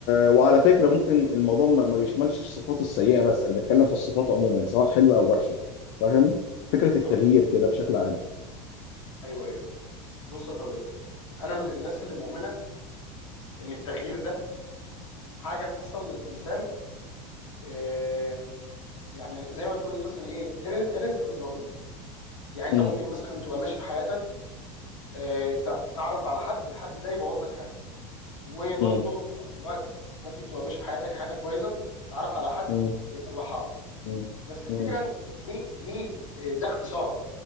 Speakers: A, on the left; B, on the left.
A: وعلى فكره ممكن الموضوع ما ما بيشملش الصفات السيئه بس انا بتكلم في الصفات عموما سواء حلوه او وحشه فاهم فكره
B: امم
A: التغيير كده بشكل عام
B: ايوه ايوه بص يا صديقي انا من الناس اللي مؤمنه ان التغيير ده حاجه بتحصل للانسان آه يعني زي ما تقول مثلا ايه رز- رزق من ربنا يعني انت
A: مم،
B: ممكن مثلا تبقى ماشي في حياتك آه ت- تتعرف على حد الحد ده يبوظ لك حياتك وبرضه
A: مم،
B: في نفس الوقت ممكن تبقى ماشي في حياتك حياتك بايظه تتعرف على حد
A: مم،
B: يصلحها لك
A: مم،
B: بس الفكره
A: مم،
B: ان دي دي آه، ده اختصار